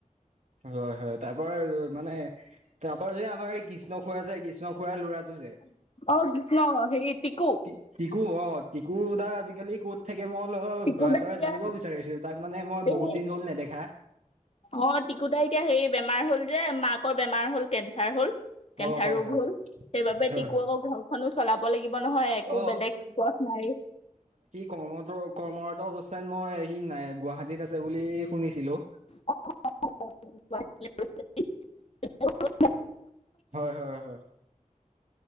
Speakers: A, on the right; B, on the left.
A: হয় হয় তাৰপৰা মানে তাৰ পৰা যে আমাৰ এই কিছ কৃষ্ণ খুৰা যে, কৃষ্ণ খুৰাৰ ল'ৰাটো যে।
B: অ' কৃষ্ণ হেৰি টিক
A: টিক টিকু অ' টিকু দা আজিকালি ক'ত থাকে মই অলপ
B: টিকু
A: ভালদৰে
B: দা এতিয়া
A: জানিব বিচাৰিছো তাক মানে মই
B: এই
A: বহুত দিন হ'ল নেদেখা
B: অ' টিকুদাই এতিয়া সেই বেমাৰ হল যে মাক বেমাৰ হ'ল কেঞ্চাৰ হল কেঞ্চাৰ
A: অ হয়
B: ৰোগ
A: হয়
B: হ'ল সেইবাবে
A: হয়
B: টিকু
A: হয়
B: আকৌ ঘৰখনো চলাব লাগিব নহয় একো
A: অ
B: বেলেগ পথ নাই
A: কৰ্মত কৰ্মৰত অৱস্থাত মই হি নাই গুৱাহাটীত আছে বুলি শুনিছিলো
B: <unintelligible> <unintelligible>
A: হয় হয় হয়।